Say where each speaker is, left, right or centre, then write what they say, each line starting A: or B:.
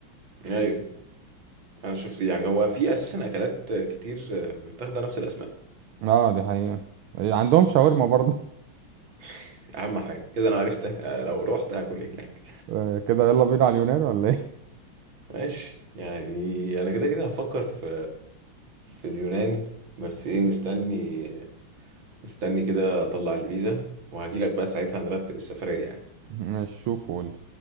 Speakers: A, on the right; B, on the right.
A: ايوه انا شفت يعني هو في اساسا اكلات كتير متاخده نفس الاسماء
B: اه دي حقيقه إيه، عندهم شاورما برضه <laughs>
A: <laughs> اهم حاجه كده انا عرفت لو رحت هاكل ايه هناك
B: آه، كده يلا بينا على اليونان ولا ايه
A: ماشي يعني انا كده كده هفكر في في اليونان بس ايه مستني مستني كده اطلع الفيزا وهجيلك بقى ساعتها نرتب السفريه يعني
B: <laughs> مش شوف قول